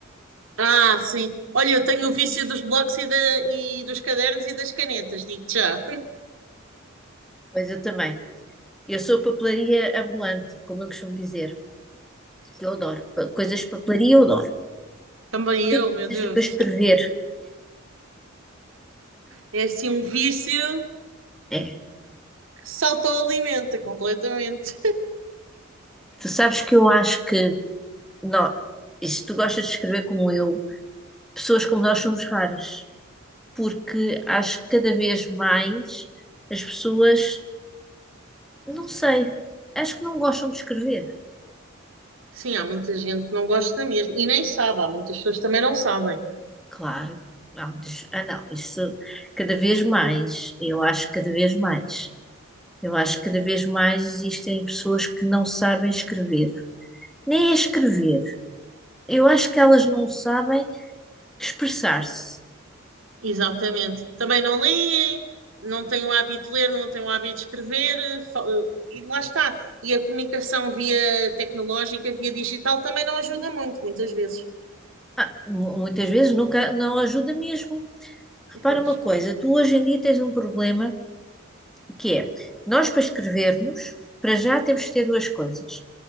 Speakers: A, on the right; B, in the centre.
A: Ah, sim. Olha, eu tenho o vício dos blocos e, da, e dos cadernos e das canetas, digo-te já.
B: Pois eu também. Eu sou papelaria ambulante, como eu costumo dizer, que eu adoro. Pa- Coisas de papelaria eu adoro.
A: Também
B: Tudo
A: eu,
B: que
A: meu Deus.
B: seja para escrever,
A: É assim um vício
B: é.
A: que se autoalimenta completamente.
B: Tu sabes que eu acho que Não, e se tu gostas de escrever como eu, pessoas como nós somos raras, porque acho que cada vez mais as pessoas, não sei, acho que não gostam de escrever.
A: Sim, há muita gente que não gosta mesmo e nem sabe, há muitas pessoas que também não sabem.
B: Claro, há muitas- ah não, isso cada vez mais, eu acho que cada vez mais, eu acho que cada vez mais existem pessoas que não sabem escrever, nem é escrever. Eu acho que elas não sabem expressar-se.
A: Exatamente. Também não leem, não têm o hábito de ler, não têm o hábito de escrever, eh, fa- eh, e lá está. E a comunicação via tecnológica, via digital, também não ajuda muito, muitas vezes.
B: Ah, mu- muitas vezes nunca, não ajuda mesmo Repara
A: Pois.
B: uma coisa, tu hoje em dia tens um problema que é, nós para escrevermos, para já temos que ter duas coisas.